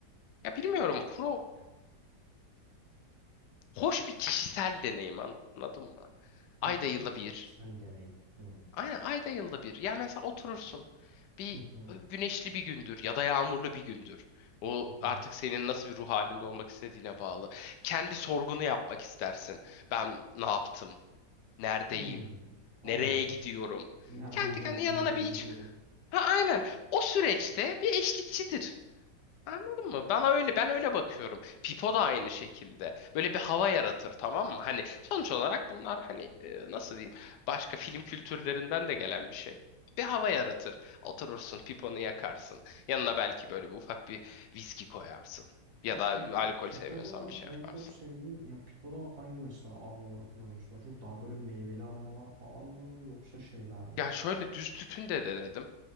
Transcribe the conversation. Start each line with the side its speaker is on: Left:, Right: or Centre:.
Left: Ya bilmiyorum. Pro hoş bir kişisel deneyim anladın mı?
Right: Hoş
Left: Ayda yılda
Right: bir kişisel
Left: bir.
Right: deneyim. Hmm.
Left: Aynen ayda yılda bir. Ya mesela oturursun. Bir
Right: Hı hı,
Left: güneşli bir gündür ya da yağmurlu bir gündür. O
Right: hı
Left: artık
Right: hı.
Left: senin nasıl bir ruh halinde olmak istediğine bağlı. Kendi sorgunu yapmak istersin. Ben ne yaptım? Neredeyim?
Right: Hmm, Anladım.
Left: Nereye gidiyorum?
Right: Nereden
Left: Kendi
Right: geldim,
Left: kendine yanına
Right: nereye
Left: bir
Right: gidiyorum?
Left: iç. Ha, aynen. O süreçte bir eşlikçidir. Anladın mı? Bana öyle ben öyle bakıyorum. Pipo da aynı şekilde. Böyle bir hava yaratır tamam mı? Hani sonuç olarak bunlar hani e, nasıl diyeyim başka film kültürlerinden de gelen bir şey. Bir hava yaratır. Oturursun piponu yakarsın. Yanına belki böyle bir ufak bir viski koyarsın. Ya
Right: Abi
Left: da
Right: peki
Left: alkol
Right: Pipo'da
Left: sevmiyorsan bir şey
Right: en
Left: yaparsın.
Right: çok sevdiğin ya Pipo'da hangi mesela aromaları kullanıyorsun? Daha Çok daha böyle meyveli aromalar falan mı yoksa şeyler mi?
Left: Ya şöyle düz tütün de denedim.